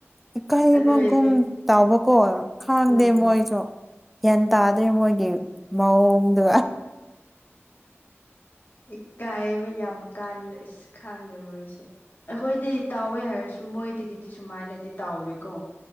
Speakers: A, in the centre; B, on the left.
A: ꯏꯀꯥꯏꯕꯒꯨꯝ
B: ꯑꯗꯨꯒꯤꯅꯦ
A: ꯇꯥꯎꯕꯀꯣ ꯈꯥꯡꯗꯦ
B: ꯎꯝ
A: ꯃꯣꯏꯁꯨ ꯒ꯭ꯌꯥꯟ ꯇꯥꯗ꯭ꯔꯦ ꯃꯣꯏꯒꯤ ꯃꯑꯣꯡꯗꯨ
B: ꯏꯀꯥꯏꯕ ꯌꯥꯝ ꯀꯥꯟꯂꯦ ꯑꯁ ꯈꯥꯡꯗꯦ ꯃꯣꯏꯁꯦ ꯑꯩꯈꯣꯏꯗꯤ ꯇꯥꯎꯋꯦ ꯍꯥꯏꯔꯁꯨ ꯃꯣꯏꯗꯒꯤꯗꯤ ꯁꯨꯃꯥꯏꯅꯗꯤ ꯇꯥꯎꯗꯦꯀꯣ